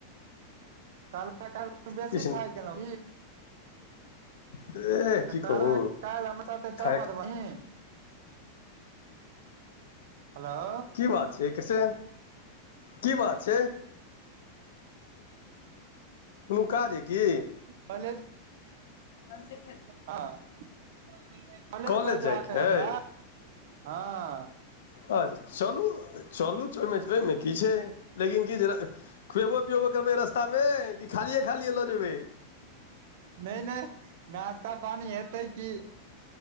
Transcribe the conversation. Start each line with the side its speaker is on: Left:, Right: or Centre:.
Right: काल काल बेसी
Left: किछ
Right: ाक गेलहु।
Left: एह
Right: तऽ
Left: की
Right: क
Left: कहू
Right: क लम त च
Left: थाकि
Right: माती। हेलो।
Left: की बात छै कैसे की बात छै। कोनो काज अइ की।
Right: पले।
Left: ह।
Right: हँ कॉलेज
Left: कॉलेज
Right: पर जााकऽ
Left: जाइके
Right: हमरा
Left: अइ
Right: हँ।
Left: अच्छा चलू चलूहि ओहिमे की छै लेकिन क जे। खुएबो पिएबो करबै रास्तामे कि खालिए खालिए लऽ जेबै।
Right: नहि नहि नास्ता पानी हेतै कि।